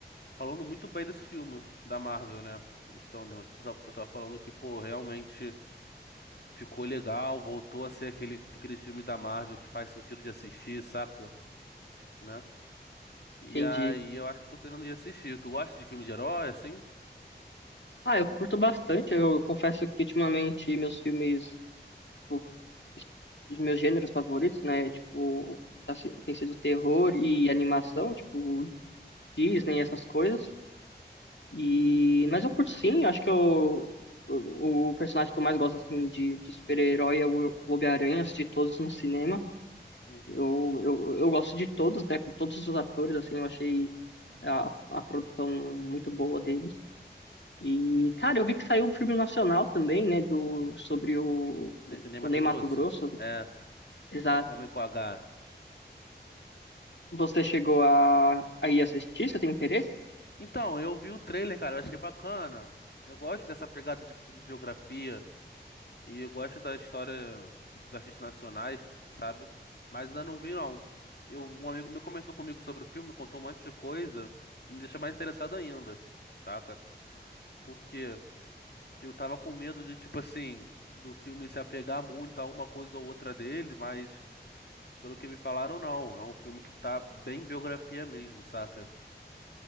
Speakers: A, on the left (about 70°); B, on the left (about 90°).
A: falando muito bem desse filme da Marvel, né? Os Thunderbolts. O pessoal o pessoal falando que, pô, realmente... Ficou legal, voltou a ser aquele, aquele filme da Marvel que faz sentido de assistir, saca? Né? E
B: Entendi.
A: aí eu acho que tô querendo ir assistir. Tu gosta de filme de herói, assim?
B: Ah, eu curto bastante. Eu confesso que ultimamente meus filmes, tipo, os meus gêneros favoritos, né, tipo, tá se- tem sido terror e animação, tipo Disney, essas coisas. E... Mas eu curto sim, acho que eu, o, o personagem que eu mais gosto assim, de, de super-herói é o Homem-Aranha, assisti todos no cinema.
A: Uhum.
B: Eu, eu, eu gosto de todos, né? Com todos os atores, assim, eu achei a, a produção muito boa deles. E, cara, eu vi que saiu um filme nacional também, né? Do, sobre o,
A: Ne-
B: o
A: Ney Matogrosso?
B: Ney Matogrosso.
A: É,
B: Exato.
A: O- Homem com H.
B: Você chegou a, a ir assistir? Você tem interesse?
A: Então, eu vi o trailer, cara, eu achei bacana. Eu gosto dessa pegada de filme de biografia e eu gosto da história dos artistas nacionais, sabe? Mas ainda não vi, não. Eu, um amigo meu comentou comigo sobre o filme, contou um monte de coisa e me deixou mais interessado ainda, saca? Porque Eu tava com medo de, tipo assim, do filme se apegar muito a uma coisa ou outra dele, mas pelo que me falaram, não. É um filme que tá bem biografia mesmo, saca?